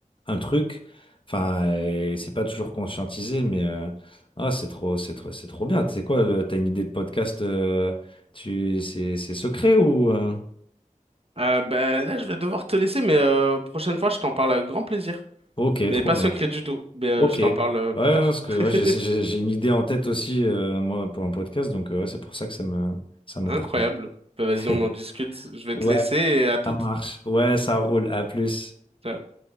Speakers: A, on the left; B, on the right.
A: un truc, enfin, et c'est pas toujours conscientisé, mais, euh, ah, c'est trop, c'est trop, c'est trop bien. Tu sais quoi, le- t'as une idée de podcast, euh, tu, c'est, c'est secret ou, euh,
B: Euh, ben là, je vais devoir te laisser, mais euh, prochaine fois, je t'en parle avec grand plaisir.
A: ok,
B: Mais
A: trop
B: pas
A: bien.
B: secret du tout, mais euh,
A: Ok.
B: je t'en
A: Ouais,
B: parle euh, plus
A: ouais,
B: tard.
A: parce que
B: <laughs>
A: ouais, j'ai j'ai- j'ai une idée en tête aussi, euh, moi, pour un podcast, donc euh, ouais, c'est pour ça que ça me ça m'interpelle.
B: Incroyable. Ben, vas-y,
A: <laughs>
B: on en discute. Je vais
A: Ouais,
B: te laisser et à toutes.
A: ça marche. Ouais, ça roule. À plus.
B: <laughs> Ciao.